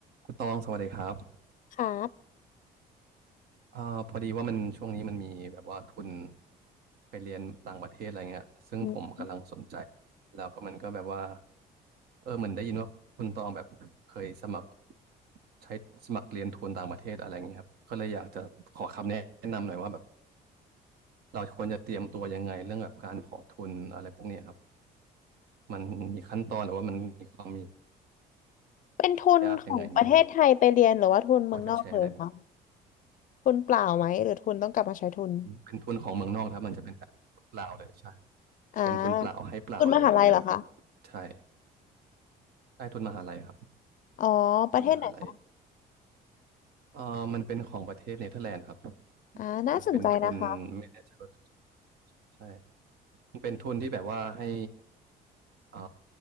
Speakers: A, on the right; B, on the left.
A: คุณตองสวัสดีครับ
B: ครับ
A: อ่าพอดีว่ามันช่วงนี้มันมีแบบว่าทุนไปเรียนต่างประเทศอะไรเงี้ยซึ่งผมกำลังสนใจ
B: อืม
A: แล้วก็มันก็แบบว่า เออเหมือนได้ยินว่าคุณตองแบบเคยสมัครใช้สมัครเรียนทุนต่างประเทศอะไรเงี้ยครับ ก็เลยอยากจะขอคำแนะนำหน่อยว่าแบบเราควรจะเตรียมตัวยังไงเรื่องแบบการขอทุนอะไรพวกเนี้ยครับมันมีขั้นตอนหรือว่ามันมีความ
B: เป็นทุนของประเทศไทยไปเรียนหรือว่าทุนเมืองนอกเลยคะ
A: ยากยังไงบ้างครับพอจะแชร์ได้ไหม
B: ทุนเปล่าไหมหรือทุนต้องกลับมาใช้ทุน
A: เป็นทุนของเมืองนอกนะครับมันจะเป็นแบบเปลาวเลยใช่
B: อ่า
A: เป็นทุนเปล่าให้เปล่าเลยอะไรเงี้ยครับ
B: ทุนมหาลัยเหรอคะ
A: ใช่ใช่ทุนมหาลัยครับ
B: อ๋อประเทศไหนคะ
A: ทุนมหาลัยเอ่อมันเป็นของประเทศเนเธอร์แลนด์ครับ
B: อ่าน่าสนใจนะคะ
A: เหมือนเป็นทุนไม่แน่ใจว่าใช่มันเป็นทุนที่แบบว่าให้เอ่อ